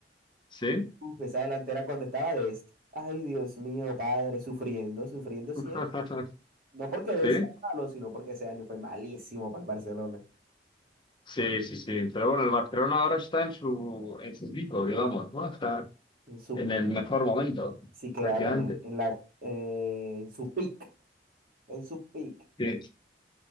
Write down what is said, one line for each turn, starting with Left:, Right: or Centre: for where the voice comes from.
Left: sí,
Right: <laughs> Uf, esa delantera cuando estaba de esto. Ay, Dios mío, padre, sufriendo, sufriendo siempre.
Left: <laughs>
Right: No porque de
Left: sí.
Right: sea malo, sino porque ese año fue malísimo para el Barcelona.
Left: Sí, sí, sí. Pero bueno, el Barcelona ahora está en su, en su pico, digamos, ¿no? Está
Right: En su,
Left: en el mejor momento,
Right: sí, claro,
Left: prácticamente.
Right: en, el- en la, eh, en su pick, en su pick.
Left: Sí,